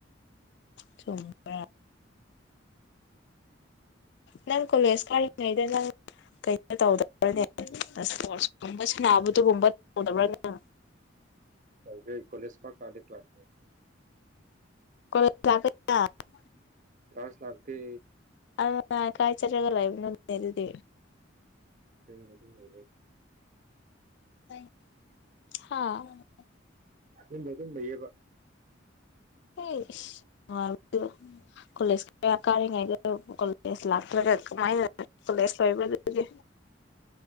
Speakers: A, on the left (about 60°); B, on the right (about 40°).
A: ꯆꯨꯝꯕ꯭ꯔ
B: <inaudible>
A: ꯅꯪ ꯀꯣꯂꯦꯖ ꯀꯥꯔꯤꯉꯩꯗ ꯅꯪ <unintelligible> ꯇꯧꯗꯕ꯭ꯔꯅꯦ ꯏꯁ꯭ꯄꫭꫪꯁ ꯀꯨꯝꯕ ꯁꯥꯟꯅꯕ ꯑꯗꯨꯒꯨꯝꯕ ꯇꯧꯗꯕ꯭꯭ꯔꯅ
B: ꯇꯧꯗꯦ ꯑꯩ ꯀꫭꯂꯦꯖ ꯄꯥꯛ ꯀꯥꯗꯦ <unintelligible>
A: <unintelligible>
B: <unintelligible> ꯂꯥꯛꯇꯦ
A: <unintelligible> ꯀꯥꯏ ꯆꯠꯔꯒ ꯂꯩꯕꯅꯥꯅꯦ ꯑꯗꯨꯗꯤ
B: ꯌꯨꯝ ꯑꯗꯨꯝ <unintelligible>
A: ꯍꯥꯥ
B: ꯌꯨꯝꯗ ꯑꯗꯨꯨꯝ ꯂꯩꯌꯦꯕ
A: <unintelligible> ꯀꯣꯂꯦꯖ ꯀꯌꯥ ꯀꯥꯔꯤꯉꯩꯗ ꯀꯣꯂꯦꯖ ꯂꯥꯛꯇ꯭ꯔꯒ ꯀꯃꯥꯏꯅ ꯀꯣꯂꯦꯖ ꯂꫭꯏꯕ‌꯭ꯔ ꯗꯨꯗꯤ